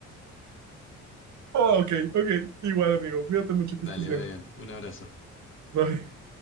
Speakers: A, on the right; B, on the left.
A: Oh, ok, ok. Igual, amigo. Cuídate mucho,
B: Dale,
A: que estés bien.
B: Brian, un abrazo.
A: Bye.